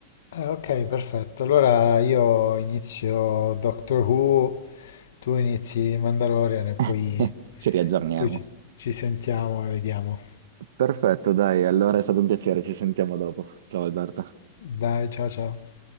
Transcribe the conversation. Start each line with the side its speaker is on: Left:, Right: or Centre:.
Left: Eh, ok, perfetto. Allora io inizio Doctor Who, tu inizi Mandalorian e poi,
Right: <laughs> Ci riaggiorniamo.
Left: poi ci, ci sentiamo e vediamo.
Right: Perfetto, dai, allora è stato un piacere, ci sentiamo dopo. Ciao Alberto.
Left: Dai, ciao ciao.